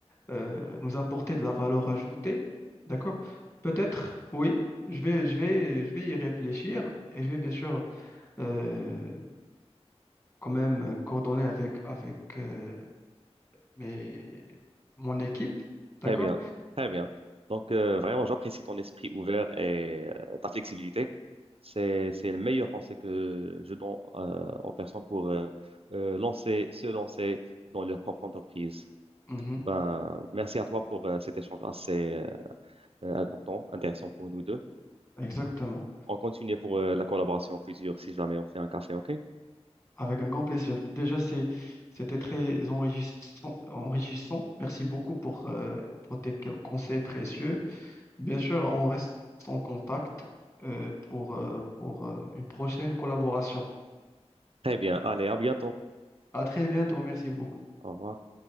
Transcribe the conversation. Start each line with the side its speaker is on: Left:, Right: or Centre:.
Left: euh, nous apporter de la valeur ajoutée. D'accord? Peut-être, oui, je vais, je vais, je vais y réfléchir et je vais bien sûr euh, quand même coordonner avec, avec euh, mes, mon équipe. D'accord?
Right: Très bien, très bien. Donc, euh, vraiment, j'apprécie ton esprit ouvert et euh, ta flexibilité. C'est, c'est le meilleur conseil que je donne euh, aux personnes pour euh, euh, lancer, se lancer dans leur propre entreprise.
Left: Mhm,
Right: Ben, merci à toi pour euh, cet échange assez euh, euh, important, intéressant pour nous deux.
Left: Exactement.
Right: On continue pour euh, la collaboration future si jamais on fait un café, OK?
Left: Avec un grand plaisir. Déjà, c'est, c'était très enrichissant, enrichissant. Merci beaucoup pour, euh, pour tes co- conseils précieux. Bien sûr, on reste en contact, euh, pour, euh, pour, euh, une prochaine collaboration.
Right: Très bien. Allez, à bientôt.
Left: À très bientôt. Merci beaucoup.
Right: Au revoir.